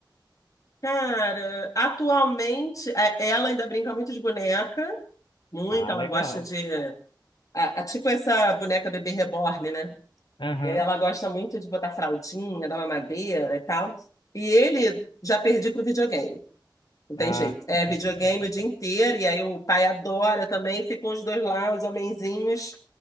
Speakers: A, on the left (about 45°); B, on the left (about 75°).
A: Cara, atualmente, a- ela ainda brinca muito de boneca, muito,
B: Ah,
A: ela
B: legal.
A: gosta de. A, a- tipo essa boneca bebê reborn, né?
B: Aham.
A: E aí Ela gosta muito de botar fraldinha, dar mamadeira e tal. E ele já perdi pro videogame. Não tem
B: Ah.
A: jeito. É
B: <laughs>
A: videogame o dia inteiro, e aí o pai adora também, ficam os dois lá, os homenzinhos,